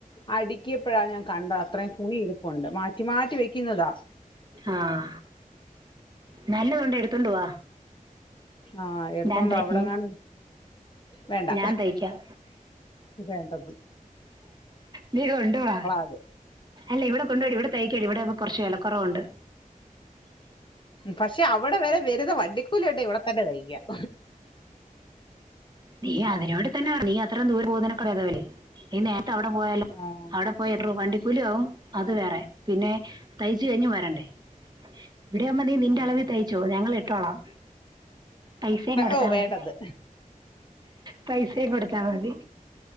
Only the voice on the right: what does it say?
ആഹ് നല്ലതൊണ്ടേ എട്ത്തോണ്ട് വാ
ഞാൻ തയ്
ഞാൻ തയ്ക്കാം
നീ കൊണ്ടു വാ
അല്ല ഇവിടെ കൊണ്ടുവാടി ഇവിടെ തൈക്കാടി ഇവിടാവുമ്പോ കൊർച്ച് വിലക്കൊറവുണ്ട്
നീ അതിന് ഇവിടെത്തന്നെ വരണം നീ അത്രയും ദൂരെ പോകുന്നേനക്കാളും ഭേദമാ നീ നേരത്തെ അവിടെ പോയാലോ
<unintelligible> കൂലി ആവും അത് വേറെ പിന്നെ തയ്ച്ച് കഴിഞ്ഞും വരണ്ടേ ഇവിടെയാവുമ്പൊ നീ നിന്റെ
അളവിൽ തയ്ച്ചോ ഞങ്ങളിട്ടോളാം പൈസയും കൊടുത്താ
മതി
പൈസയും കൊടുത്താ മതി